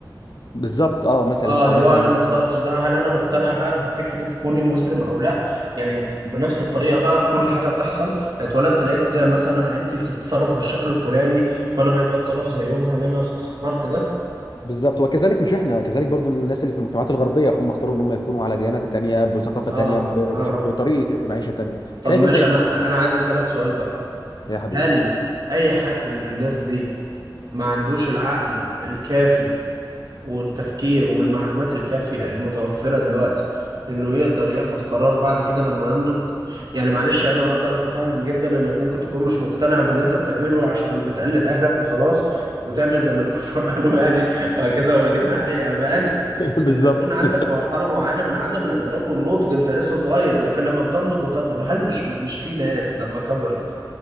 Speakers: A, on the left; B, on the right.
A: بالظبط اه مثلا
B: اه اللي
A: او مثلا
B: هو انا ما
A: إيه؟
B: اخترتش ده هل انا مقتنع بقى بفكرة كوني مسلم او لا يعني بنفس الطريقة بقى في كل حاجة بتحصل اتولدت لقيت مثلا عيلتي بتتصرف بالشكل الفلاني فانا بقيت بتصرف زيهم هل انا اخت- اخترت ده
A: بالظبط وكذلك مش احنا كذلك برضو الناس اللي في المجتمعات الغربيه هم اختاروا ان هم يكونوا على ديانه تانيه بثقافه
B: اه
A: تانيه ب- بش-
B: اه
A: بطريقه
B: آه.
A: معيشه تانيه
B: طب
A: شايف
B: ماشي
A: انت ايه
B: انا
A: في النقطه دي
B: انا عايز اسالك سؤال بقى
A: يا حبيبي
B: هل اي حد من الناس دي ما عندوش العقل الكافي والتفكير والمعلومات الكافية المتوفرة دلوقتي انه يقدر ياخد قرار بعد كده لما ينضج يعني معلش انا اقدر اتفهم جدا انك ممكن تكون مش مقتنع باللي انت بتعمله عشان وبتقلد اهلك وخلاص وتعمل زي ما الكفار <laughs> قالوا يعني وهكذا
A: <laughs>
B: وجدنا عليه اباءنا
A: بالظبط
B: لما يكون عندك مرحلة معينة من عدم الادراك والنضج انت لسه صغير لكن لما بتنضج وتكبر هل مش مش في ناس لما كبرت